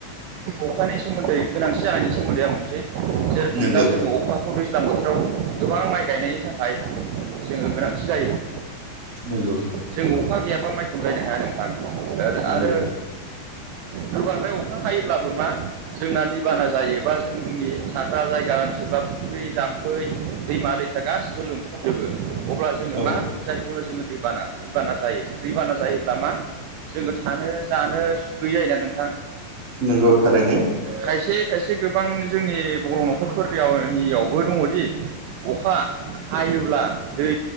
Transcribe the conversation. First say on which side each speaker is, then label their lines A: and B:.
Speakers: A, on the right; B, on the right.
A: अखानि सोमोन्दै गोनांथि जानायनि सोमोन्दै आं बुंनोसै जेरखम
B: नंगौ
A: दा जोङो अखा खौ दैज्लां बोथोराव गोबां माइ गायनायनि थाखाय जोङो गोनांथि जायो।
B: नोंगौ।
A: जों अखा गैयाबा माइखौनो गायनो हाया नोंथां ओ
B: नंगौ
A: आरो गोबांद्राय अखा हायोब्लाबो मा जोंना दैबाना जायो बा जोंनि थाग्रा जायगा ओनसोल बा फुख्रि जाम्फै दैमा दै सा गासिबो लोमसावजोबो अब्ला जोङो
B: औ
A: मा जायखौ होनो जोङो दैबाना दैबाना जायो दैबाना जायोब्ला मा जोङो थानो जानो सुखै गैयै जायोना नोंथां?
B: नोंगौ थारैनो।
A: खायसे खायसे गोबां जोंनि बर' न'खरफोरनियाव नियावबो दङदि अखा हायोब्ला दै